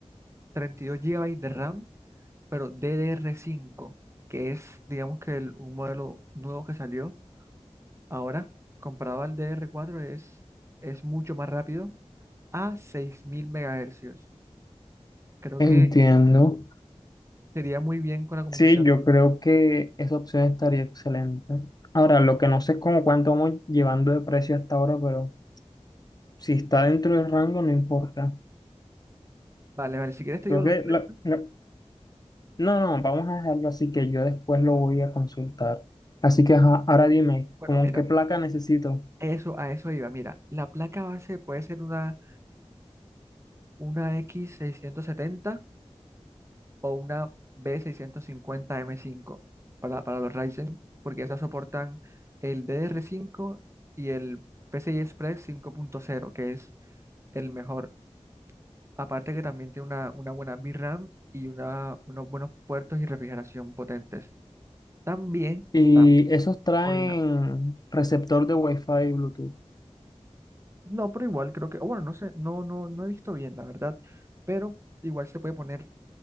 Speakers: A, on the right (about 25°); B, on the left (about 35°).
A: Treinta y dos gigabytes de RAM, pero ddr cinco, que es, digamos que el- un modelo nuevo que salió ahora, comparado al ddr cuatro es, es mucho más rápido a 6000 megahercios. Creo que
B: Entiendo.
A: sería muy bien con la combinación.
B: Sí, yo creo que esa opción estaría excelente. Ahora, lo que no sé es como cuánto vamos llevando de precio hasta ahora, pero si está dentro del rango, no importa.
A: Vale, vale, si quieres te
B: Creo
A: digo los
B: que
A: precios.
B: la- la- no, no, vamos a dejarlo así que yo después lo voy a consultar. Así que ajá, ahora dime,
A: Bueno,
B: ¿cómo
A: mira,
B: qué placa necesito?
A: eso, a eso iba. Mira, la placa base puede ser una, una x seiscientos setenta. o una b seiscientos cincuenta m cinco para, para los Ryzen, porque esas soportan el ddr cinco y el PCI Express cinco punto cero que es el mejor. Aparte que también tiene una, una buena VRAM y una, unos buenos puertos y refrigeración potentes. También
B: Y esos traen
A: con la...
B: receptor de Wi-Fi y Bluetooth.
A: No, pero igual creo que... o bueno, no sé, no, no, no he visto bien, la verdad. Pero igual se puede poner,